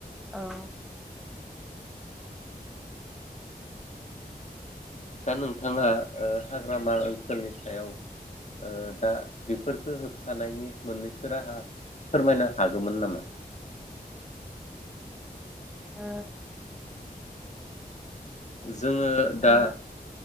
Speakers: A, in the centre; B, on the left (about 45°).
A: औ।
B: दा नोंथाङा औ हाग्रामा ओनसोलनि सायाव। ओ दा फोरखो होबथानायनि मोननैसो राहा फोरमायनो हागौमोन नामा।
A: ओ
B: <unintelligible> जोङो दा
A: ओ औ